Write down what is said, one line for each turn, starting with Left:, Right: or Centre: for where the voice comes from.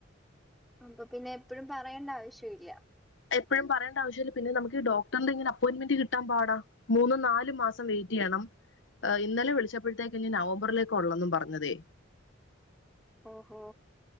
Centre: അപ്പൊ പിന്നെ എപ്പഴും പറയേണ്ട ആവശ്യവില്ല
Left: എപ്പഴും പറയേണ്ട ആവശ്യല്ല പിന്നെ നമുക്ക് ഈ ഡോക്ടറിന്റെ ഇങ്ങനെ അപ്പോയിമെൻ്റ് കിട്ടാൻ പാടാ മൂന്നും നാലു മാസം വെയിറ്റെയ്യണം ഏഹ് ഇന്നലെ വിളിച്ചപ്പഴത്തേക്ക് ഇനി നവംബറിലേക്ക് ഒള്ളെന്നും പറഞ്ഞതേ
Centre: ഓഹോ